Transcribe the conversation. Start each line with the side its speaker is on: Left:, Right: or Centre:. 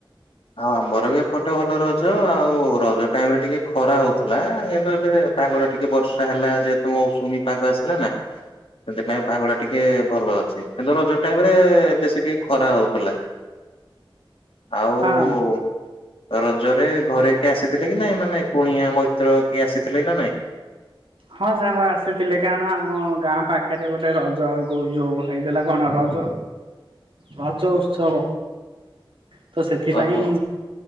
Left: ଆଉ ଆମର ବି ଏପଟେ ଭଲ ରଜ ଆଉ ରଜ ଟାଇମ ରେ ଟିକେ ଖରା ହଉଥିଲା। କିନ୍ତୁ ଏବେ ପାଗଟା ଟିକେ ବର୍ଷା ହେଲା ଯେହେତୁ ମୌସୁମୀ ପାଗ ଆସିଲା ନା। ସେଥିପାଇଁ ପାଗ ଟା ଟିକେ ଭଲ ଅଛି। କିନ୍ତୁ ରଜ ଟାଇମ ରେ ବେଶୀ ଟିକେ ଖରା ହଉଥିଲା। <inaudible> ଆଉ
Right: ହଁ
Left: ଓ ରଜରେ ଘରେ କିଏ ଆସିଥିଲେ କି ନାଇଁ ମାନେ କୁଣିଆ ମ୍ୟତ୍ର କିଏ ଆସିଥିଲେ ନା ନାଇଁ।
Right: ହଁ ସାଙ୍ଗ ଆସିଥିଲେ କାରଣ ଆମ ଗାଁ ପାଖରେ ଗୋଟେ ରଜ ଯୋଉ ହେଇଥିଲା କଣ ରଜ ରଜ ଉତ୍ସବ। ତ ସେଥିପାଇଁ
Left: ଓହୋ